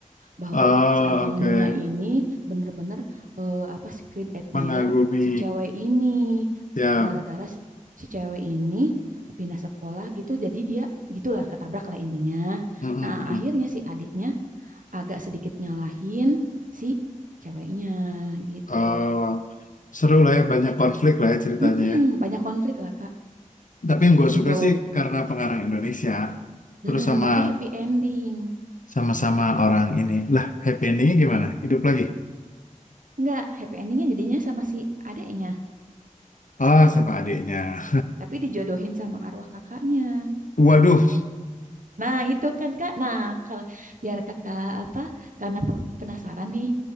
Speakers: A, on the right; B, on the left.
A: bahwa
B: Oh,
A: si abangnya
B: oke.
A: ini bener-bener eh, apa secret admirer
B: Mengagumi.
A: si cewek ini
B: Ya.
A: gara-gara si si cewek ini pindah sekolah gitu jadi dia gitulah ketabrak lah intinya
B: Mm-mm.
A: nah akhirnya si adiknya agak sedikit nyalahin si ceweknya gitu.
B: Oh, seru lah ya, banyak konflik lah ya ceritanya.
A: Mm-mm,
B: ya.
A: banyak konflik lah Kak
B: Tapi yang gue
A: gitu.
B: suka sih karena pengarang Indonesia, terus
A: Mm-mm,
B: sama
A: tapi happy ending.
B: sama sama orang ini. Lah, happy endingnya gimana? Hidup lagi?
A: Enggak, happy endingnya jadinya sama si adeknya,
B: Oh, sama adiknya.
A: tapi dijodohin sama arwah kakaknya.
B: <laughs> Waduh,
A: Nah, itu kan Kak. Nah, kalau biar Kakak apa? Karena pe- penasaran nih,